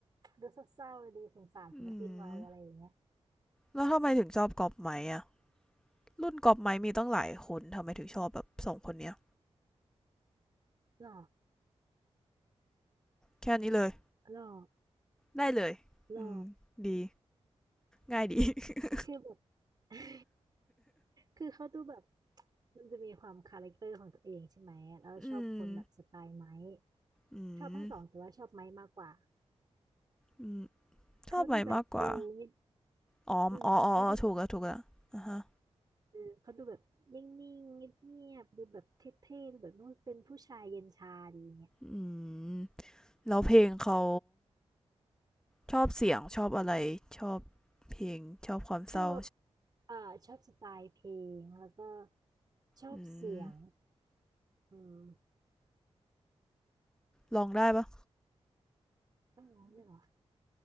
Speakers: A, on the right (about 40°); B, in the centre.
A: ดูเศร้าๆดีสงสารศิลปินเราอะไรอย่างเงี้ย
B: อืมแล้วทำไมถึงชอบกอบไม้อ่ะรุ่นกอบไม้มีตั้งหลายคนทำไมถึงชอบแบบสองคนเนี้ย
A: หรอ
B: แค่นี้เลย
A: หรอ
B: ได้เลยอืมดี
A: อืมหรอ
B: ง่ายดี <laughs>
A: คือแบบ <laughs> คือเขาดูแบบมันจะมีความคาแรคเตอร์ของตัวเองใช่ไหมแล้วชอบคนแบบสไตล์ไม้
B: อืมอืม
A: ชอบทั้งสองแต่ว่าชอบไม้มากกว่า
B: อืม
A: เขาดูแบบดูเงียบ
B: ชอบไม้มากกว่า อ๋ออ๋ออ๋อออถูกแล้วถูกแล้วอ่ะฮะ
A: อืมเขาดูแบบเออเขาดูแบบนิ่งๆเงียบๆดูแบบเท่ๆดูแบบว่าเป็นผู้ชายเย็นชาดีเงี้ย
B: อืมแล้วเพลงเขาชอบเสียงชอบอะไรชอบเพลงชอบความเศร้า
A: ชอบเอ่อชอบสไตล์เพลงแล้วก็ชอบเสียง
B: อืม
A: อืม
B: ลองได้ปะ
A: แล้วก็ร้องได้วยเหรอ